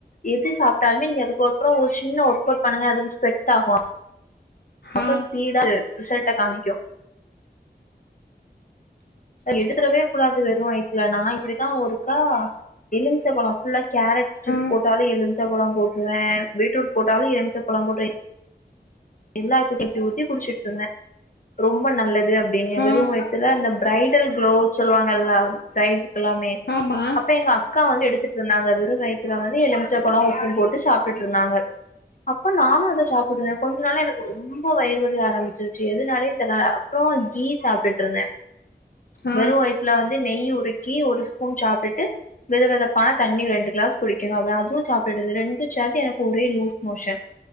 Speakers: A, on the left (about 50°); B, on the left (about 70°).
A: எது சாப்டாலுமே நீங்க அதுகப்றோ ஒரு சின்ன ஒர்க் கௌட் பண்ணுங்க அது ஸ்ப்ரெட் ஆகு அப்ப
B: ஆ
A: ஸ்பீடா து ரிசல்ட்ட காமிக்கு எடுத்தறவே கூடாது வெறு வய்த்ல நா இப்படிதா ஒருக்கா எலும்ச்ச பழோ ஃபுல்லா கேரட் ஜூஸ்
B: ஆ
A: போட்டாலு எலும்ச்ச பழம் போட்றுவே பீட்ரூட் போட்டாலு எல்ம்ச்ச பழம் போட்டு எல்லாத்து <inaudible> ஊத்தி ஊத்தி குடிச்சுட்ருந்தே ரொம்ப நல்லது அப்டின்னே
B: ஆ
A: வெறு வயித்துல அந்த ப்ரைடல் க்ளோ சொல்வாங்கல்ல ப்ரைட்டுக்கெல்லாமே
B: ஆமா
A: அப்ப எங்க அக்கா வந்து எடுத்துட்ருந்தாங்க வெறு வயித்துல வந்து எலும்ச்ச பழோ உப்பு போட்டு சாப்ட்டுட்ருந்தாங்க அப்ப நானு அத சாப்புடுவ அதனால எனக்கு ரொம்போ வயிறு வலி ஆரம்பிச்சிர்ச்சு எதுனாலைன் தெர்ல அப்றோ கீ சாப்டுட்ருந்த
B: ஆ
A: வெறு வய்த்ல வந்து நெய் உருக்கி ஒரு ஸ்பூன் சாப்டுட்டு வெது வெதப்பான தண்ணி ரெண்டு க்ளாஸ் குடிக்கணு அ அது சாப்ட்டுட்ருந்த ரெண்டு சேத்தி எனக்கு ஒரே லூஸ் மோஷன்